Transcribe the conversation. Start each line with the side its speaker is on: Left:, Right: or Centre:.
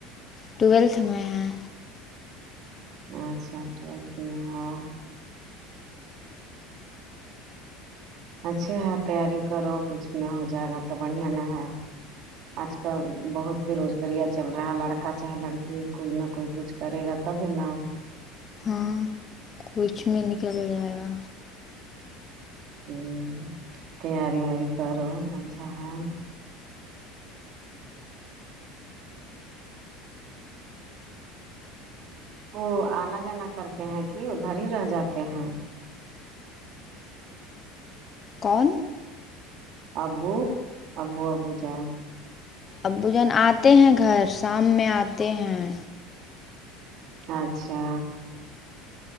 Left: ٹویلتھ میں ہے
Right: اچھا ٹویلتھ میں ہو اچھے ہے تیاری کرو کچھ میں ہو جائے گا تو بڑھیا نہ ہے آج کل بہت بےروزگاریاں چل رہا ہے لڑکا چاہے لڑکی کوئی نہ کوئی کچھ کرے گا تبھی نام
Left: ہاں کچھ میں نکل جائے گا
Right: ہوں تیاری ویاری کرو اچھا ہے وہ آنا جانا کرتے ہیں کہ ادھر ہی رہ جاتے ہیں
Left: کون
Right: ابو ابو ابو جان
Left: ابو جان آتے ہیں گھر شام میں آتے ہیں
Right: اچھا